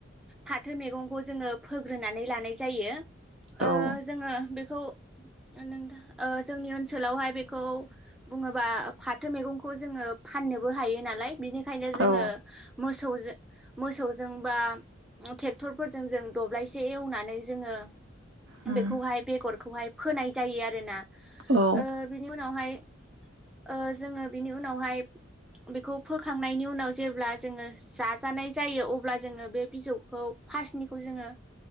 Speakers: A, in the centre; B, on the right (about 70°).
A: फाथो मैगंखौ जोङो फोग्रोनानै लानाय जायो। ओ
B: औ
A: जोङो बे थ' ओ नोंथां ओ जोंनि ओनसोलावहाय बेखौ बुङोबा फाथो मैगंखौ जोङो फाननोबो हायो नालाय बिनिखायनो जोङो
B: औ
A: मोसौ मोसौजों बा ट्रेक्टरफोरजों जों दब्लायसे एवनानै जोङो
B: उम
A: बेखौहाय बेगरखौहाय फोनाय जायो आरोना
B: औ
A: ओ बिनि उनावहाय ओ जोङो बिनि उनावहाय बेखौ फोखांनायनि उ नाव जेब्ला जोङो जा जानाय जायो अब्ला जोङो बे बिजौखौ फार्स्टनिखौ जोङो